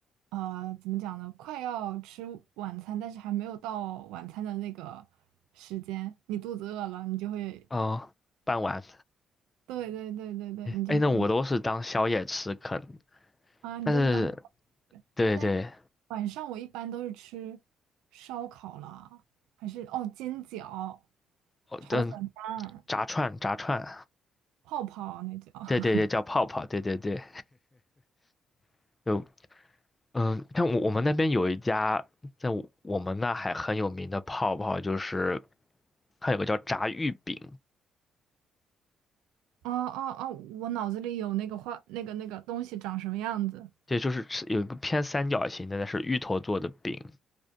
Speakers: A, on the right (about 90°); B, on the left (about 25°).
A: 呃，怎么讲呢？快要吃晚餐，但是还没有到晚餐的那个时间，你肚子饿了，你就会，
B: 哦，傍晚，
A: 对对对对对，你就会。
B: 哎，那我都是当宵夜吃啃，
A: 啊，你都是当，
B: 但是对对，
A: 但是晚上我一般都是吃烧烤啦，还是哦煎饺、
B: 哦，
A: 炒粉饭、
B: 嗯，炸串炸串。
A: 泡泡那叫。<laughs>
B: 对对对，叫泡泡，对对对，<laughs> 就嗯，像我我们那边有一家在我我们那还很有名的泡泡，就是它有个叫炸芋饼，
A: 哦哦哦，我脑子里有那个画那个那个东西长什么样子
B: 对，就是吃有一个偏三角形的，那是芋头做的饼，